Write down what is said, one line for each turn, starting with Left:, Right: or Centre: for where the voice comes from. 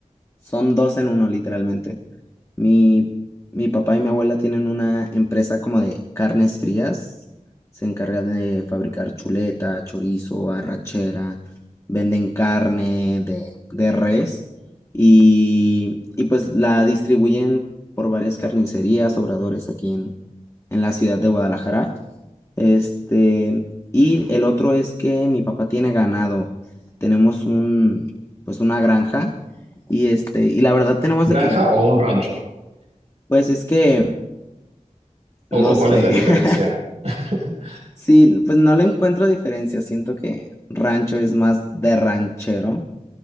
Left: son dos en uno literalmente. Mi, mi papá y mi abuela tienen una empresa como de carnes frías, se encargan de fabricar chuleta, chorizo, arrachera, venden carne de, de res y, y pues la distribuyen por varias carnicerías, obradores aquí en, en la ciudad de Guadalajara. Este, y el otro es que mi papá tiene ganado. Tenemos un, pues una granja y este, y la verdad tenemos de
Right: ¿Granja
Left: que,
Right: o un rancho?
Left: pues es que,
Right: o,
Left: no
Right: o cuál
Left: sé,
Right: es la diferencia.
Left: <laughs>
Right: <laughs>
Left: sí, pues no le encuentro diferencia. Siento que rancho es más de ranchero